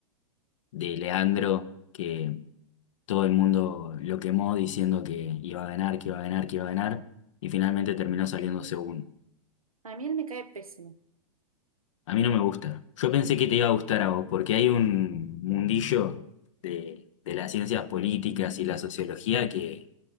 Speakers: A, on the left; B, on the right.
A: de Leandro, que todo el mundo lo quemó diciendo que iba a ganar, que iba a ganar, que iba a ganar, y finalmente terminó saliendo segundo.
B: A mí él me cae pésimo.
A: A mí no me gusta. Yo pensé que te iba a gustar a vos, porque hay un mundillo de, de las ciencias políticas y la sociología que,